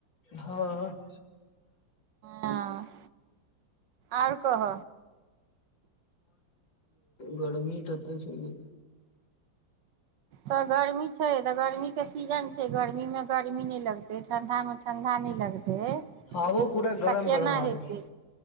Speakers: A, on the left (about 75°); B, on the right (about 70°).
A: हँ
B: हँ आर कह
A: गरमी ततै छै
B: तऽ गर्मी छै तऽ गर्मीक के सीजन छै गर्मीमे गर्मी नहि लगते ठंडा मे ठण्डा नहि लगतै
A: हवो
B: तऽ
A: पूरा गरम
B: केना
A: गरम आबै
B: हेतै
A: छै